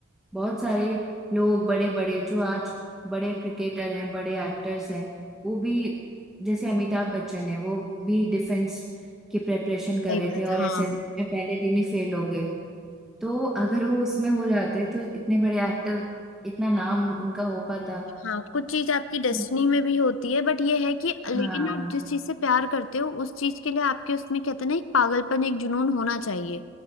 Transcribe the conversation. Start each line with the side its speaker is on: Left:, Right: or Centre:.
Centre: बहुत सारे लोग बड़े बड़े जो आज बड़े क्रिकेटर हैं बड़े एक्टर्स हैं वो भी जैसे अमिताभ बच्चन है वो भी डिफेंस की प्रिपरेशन
Left: सही
Centre: कर रहे
Left: बात
Centre: थे और
Left: हाँ
Centre: एसएसबी में पहले दिन ही फेल हो गए तो अगर वो उसमें हो जाते तो इतने बड़े एक्टर इतना नाम उनका हो पाता
Left: हाँ कुछ चीज आपकी डेस्टिनी
Centre: तो
Left: में भी होती है बट ये है कि
Centre: हाँ
Left: लेकिन आप जिस चीज से प्यार करते हो उस चीज के लिए आपके उसमें कहते हैं ना एक पागलपन एक जुनून होना चाहिए